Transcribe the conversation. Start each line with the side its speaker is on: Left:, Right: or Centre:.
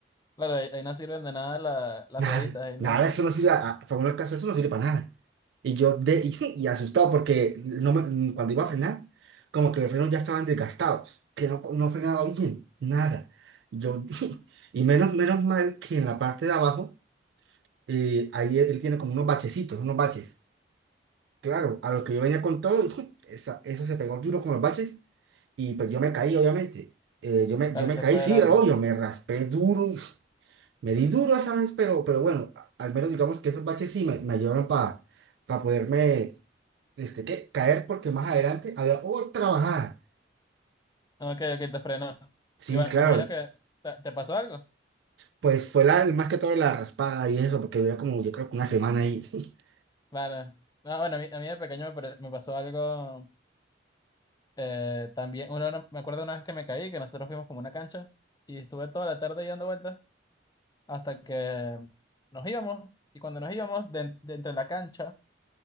Left: claro, ahí, ahí no sirven de nada la- las
Right: nada,
Left: rueditas, ahí no,
Right: nada, eso no sirve, a, a por favor del caso, eso no sirve para nada. Y yo de, y, <laughs> y asustado porque no me- cuando iba a frenar, como que los frenos ya estaban desgastados, que no, no frenaba bien, nada. Y yo, <laughs> y menos, menos mal que en la parte de abajo, eh, ahí él, él tiene como unos bachecitos, unos baches. Claro, a lo que yo venía con todo, <laughs> esa- eso se pegó duro con los baches y pues yo me caí, obviamente. Eh, yo me,
Left: claro,
Right: yo me
Left: y se
Right: caí,
Left: fue
Right: sí,
Left: de largo.
Right: obvio, me raspé duro Me di duro esa vez, pero, pero bueno, a- al menos digamos que esos baches sí me, me ayudaron para poderme este, ¿qué? caer porque más adelante había otra bajada.
Left: Ok, ok, te frenó.
Right: Sí,
Left: Y bueno,
Right: claro,
Left: me imagino que te, te pasó algo.
Right: pues fue la, más que todo la raspada y eso, porque duré como yo creo que una semana ahí. <laughs>
Left: Claro. No, bueno, a mí, a mí de pequeño me, pare- me pasó algo eh, también. Una, una- me acuerdo una vez que me caí, que nosotros fuimos como a una cancha y estuve toda la tarde ahí dando vueltas hasta que nos íbamos. Y cuando nos íbamos, de, de entre la cancha,